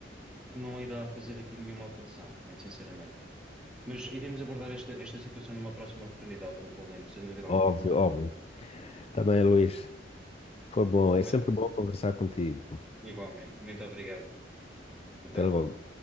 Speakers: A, in the centre; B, on the left (about 35°).
A: que não irá fazer aqui nenhuma alteração, muito sinceramente. Mas iremos abordar esta, esta situação numa próxima oportunidade, Leopoldino, sem dúvida alguma.
B: Óbvio, óbvio. Tá bem, Luís. Foi bom.
A: Muito-
B: É sempre bom conversar contigo.
A: igualmente. Muito obrigado. Até
B: Até
A: logo.
B: logo.